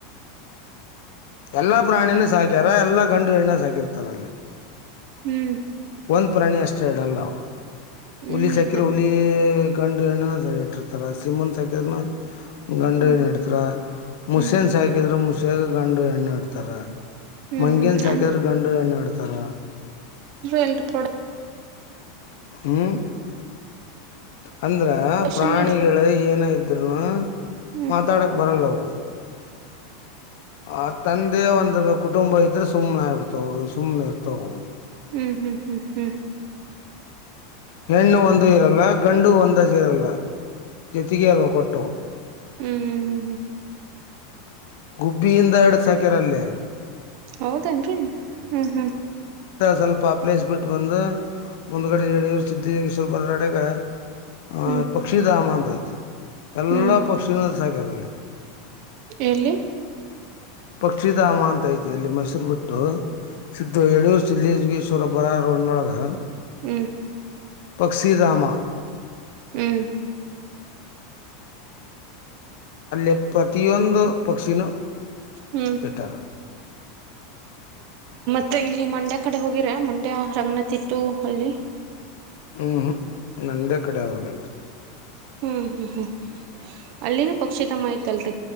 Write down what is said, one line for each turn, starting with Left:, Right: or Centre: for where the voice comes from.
Left: ಎಲ್ಲಾ ಪ್ರಾಣಿನ ಸಾಕ್ಯಾರ ಎಲ್ಲಾ ಗಂಡು ಎಣ್ಣ ಸಾಕಿರ್ತಾರ ಅಲ್ಲಿ
Right: ಹ್ಮ್
Left: ಒಂದ್ ಪ್ರಾಣಿ ಅಷ್ಟೇ ಹೇಳಡಲ್ಲ ಅವರು
Right: ಹ್ಮ್
Left: ಹುಲಿ ಚಕಿರ ಹುಲಿ ಗಂಡು ಎಣ್ಣೆನ ಸರಿ ಇಟ್ಟಿರ್ತಾರ ಸಿಮನ್ ಸಾಕರ್ನ ಗಂಡು
Right: ಹ್ಮ್
Left: ಎಣ್ಣ ಇಡ್ತಾರ ಮುಸನ್
Right: ಹ್ಮ್
Left: ಸಾಕಿದ್ರ ಮುಸಿಯಾಗ ಗಂಡು ಎಣ್ಣ ಇಡ್ತಾರ
Right: ಹ್ಮ್
Left: ಮಂಗೇನ್
Right: ಹ್ಮ್ ಹ್ಮ್
Left: ಸಾಕಿದ್ರ
Right: ಅಂದ್ರ
Left: ಗಂಡು ಎಣ್ಣಾಡ್ತಾರ
Right: ಎಲ್ ಪ್ರಾಡಕ್ಟ್
Left: ಹ್ಮ್ ಅಂದ್ರ
Right: ಪ್ರೊಡಕ್ಷನ್
Left: ಪ್ರಾಣಿಗಳು
Right: ನಡಿ
Left: ಏನ ಇದ್ರೂನು
Right: ಹ್ಮ್
Left: ಮಾತಾಡಕ್ ಬರಲ್ಲವು ಆ ತಂದೆ ಒಂದ ಕುಟುಂಬ ಇದ್ರೆ ಸುಮ್ನೆ ಆಗ್ಬಿಡ್ತಾವ ಸುಮ್ನೆ ಇರ್ತಾವ
Right: ಹ್ಮ್ ಹ್ಮ್ ಹ್ಮ್ ಹ್ಮ್
Left: ಹೆಣ್ಣು ಒಂದು ಇರಲ್ಲ ಗಂಡು ಒಂದ್ ಇರಲ್ಲ ಜತೆಗೆ ಅರ್ ಕೊಟ್ಟವು
Right: ಹ್ಮ್ ಹ್ಮ್ ಹ್ಮ್ ಹ್ಮ್
Left: ಗುಬ್ಬಿಯಿಂದ ಎರಡು ಸಾಕ್ಯರಲ್ಲೇ
Right: ಹೌದೇನ್ರರಿ ಹ್ಮ್ ಹ್ಮ್
Left: ಸ್ವಲ್ಪ ಪ್ಲೇಸ್ ಬಿಟ್ಟ ಬಂದ ಮುಂದ್ಗಡೆ ಹೇಳ್ರು ಸಿದ್ದಿಂಗ ಸ್ವಲ್ಪ ಬರ ಅಡಗ ಹ
Right: ಹ್ಮ್
Left: ಪಕ್ಷಿಧಾಮ ಅಂತ ಐತೆ ಎಲ್ಲಾ
Right: ಹ್ಮ್
Left: ಪಕ್ಷಿಿನ ಸಹಕಾರಲ್ಲ
Right: ಎಲ್ಲಿ
Left: ಪಕ್ಷಿಧಾಮ ಅಂತ ಐತಿ ಇಲ್ಲಿ ಮೈಸೂರು ಬಿಟ್ಟು ಸಿದ್ದು ಹೇಳಳು ಸಿದ್ದಗ್ವರಬ್ಬರ ರೋಡ್ನೊಳಗ <unintelligible>
Right: ಹ್ಮ್
Left: ಪಕ್ಕ್ಷಿಧಾಮ
Right: ಹ್ಮ್
Left: ಅಲ್ಲೇ ಪ್ರತಿಯೊಂದು ಪಕ್ಷಿನ
Right: ಹ್ಮ್
Left: ಇಟ್ಟಾರ
Right: ಮತ್ತೆ ಇಲ್ಲಿ ಮಂಡ್ಯ ಕಡೆ ಹೋಗಿರ ಮಂಡ್ಯ ರಂಗನತಿಟ್ಟು ಅಲ್ಲಿ
Left: ಹ್ಮ್್ಮ ನಂದ ಕಡಾವಗಳುೀ
Right: ಹ್ಮ್ ಹ್ಮ್ ಹ್ಮ್ ಅಲ್ಲಿನೂ ಪಕ್ಷಿಧಮ ಆಐತಲ್ರರಿ